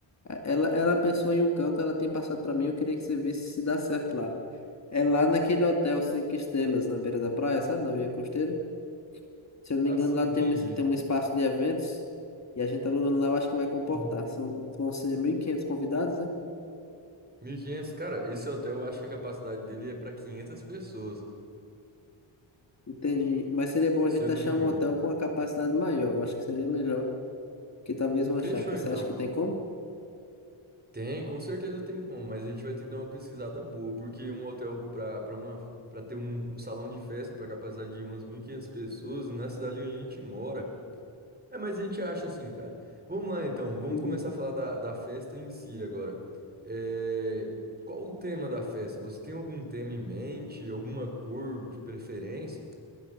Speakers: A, on the left (about 35°); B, on the right (about 20°).
A: É, Ela, ela pensou em um canto, ela tem passado para mim, eu queria que você visse se dá certo lá. É lá naquele hotel cinco estrelas na beira da praia, sabe? Na Via Costeira. Se eu não
B: Assim,
A: me engano, lá
B: entendi.
A: tem um, tem um espaço de eventos e a gente alugando lá, eu acho que vai comportar.
B: Uhum.
A: São, vão ser 1.500 convidados, né?
B: mil e quinhentos, cara, esse hotel eu acho que a capacidade dele é para 500 pessoas,
A: Entendi.
B: eu-
A: Mas seria bom a
B: se
A: gente
B: eu
A: achar
B: não me engano.
A: um hotel com uma capacidade maior. Eu acho que seria melhor que talvez uma
B: Fechou
A: chácara. Você
B: então.
A: acha que tem como?
B: Tem, com certeza tem como, mas a gente vai ter que dar uma pesquisada boa, porque um hotel para para uma para ter um, um salão de festa para capacidade de umas 1.500 pessoas na cidade onde a gente mora. É, mas a gente acha assim, cara. Vamos lá então, vamos
A: Uhum.
B: começar a falar da, da festa em si agora. É, qual o tema da festa? Você tem algum tema em mente, alguma cor de preferência?